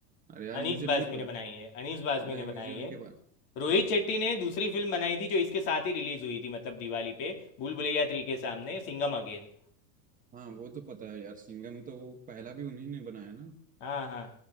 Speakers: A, on the right; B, on the left.
A: अरे यार
B: अनीस
A: मुझे
B: बाज़मी
A: नहीं पता
B: ने बनाई है अनीस बाज़मी
A: नहीं
B: ने बनाई
A: मुझे उनके
B: है
A: बारे
B: रोहित शेट्टी
A: हाँ
B: ने दूसरी फिल्म बनाई थी जो इसके साथ ही रिलीज हुई थी मतलब दिवाली पे भूल भुलैया 3 के सामने सिंघम अगेन
A: हाँ वो तो पता है यार सिंघम तो वो पहला भी उन्हीं ने बनाया ना
B: हाँ हाँ